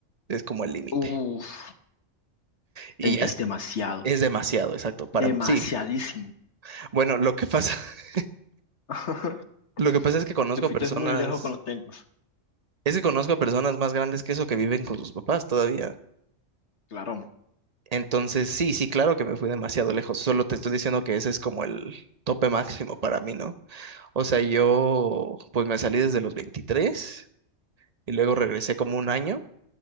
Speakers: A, on the right; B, on the left.
A: es como el límite.
B: Uf,
A: Y
B: Treinta
A: ya es,
B: es demasiado,
A: es demasiado, exacto, para
B: demasiadísimo.
A: sí. Bueno, lo que pasa, <laughs>
B: <laughs>
A: lo que pasa es que conozco
B: Te fuiste
A: personas,
B: muy lejos con los 30.
A: es que conozco a personas más grandes que eso que viven con sus papás todavía.
B: Claro.
A: Entonces, sí, sí, claro que me fui demasiado lejos. Solo te estoy diciendo que ese es como el tope máximo para mí, ¿no? O sea, yo pues me salí desde los 23 y luego regresé como un año,